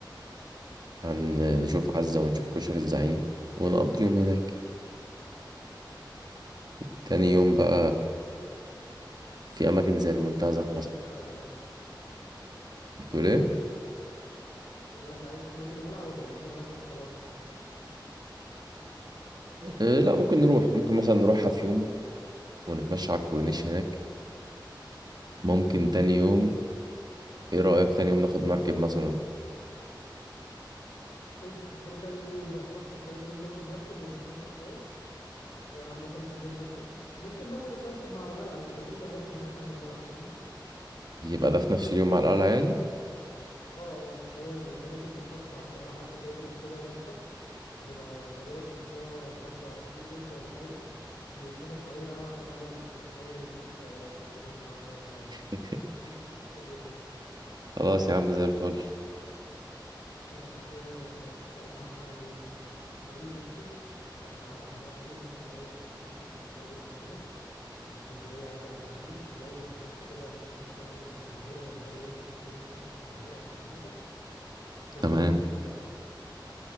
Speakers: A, on the right (about 60°); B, on the left (about 80°).
A: هنشوف عزه ونشوف كشري الزعيم ونقضي يوم هناك وتاني يوم بقى في اماكن زي المنتزه
B: قضيها
A: مثلا
B: لف
A: بتقول ايه
B: بقول لك عايز تروح القلعه ولا نقضيها لف وخلاص
A: آه، لا ممكن نروح ممكن مثلا نروحها في يوم ونتمشى على الكورنيش هناك ممكن تاني يوم ايه رأيك تاني يوم ناخد مركب مثلا
B: قشطه كده تالت يوم بقى صح تالت يوم ناخد مركب ونتمشى شويه وانا عامه بحب المركب ممكن ناخد المركب مع القلعه لان يبقى في مراكب هناك عند القلعه فاهمني
A: يبقى ده في نفس اليوم على القلعة يعني
B: اه اه ما هو المراكب نفسها بتبقى عند القلعه حتى بياخدك كده لفه بتبقى غالبا قطرها 25 متر ولا حاجه بيلففك حوالين القلعه كلها بقى بتتخيل ان انت بتهجم على القلعه وبتاع ده
A: <laughs>
B: ممكن نعمل كده اليوم ده
A: خلاص يا عم زي الفل
B: طب احنا كده اتفقنا على ال- ال- الطريق نفسه اتفقنا على هنقعد فين قلنا الأول هنشوف الراجل اللي هنا اللي في اسكندرية عادي على الكورنيش لو ما كانش كده هنشوف نكلم اللي في المعمورة لو الفرق بينهم مش مين هاجس في المعمورة عشان نضيفة تاني
A: تمام
B: يوم نروح الأ-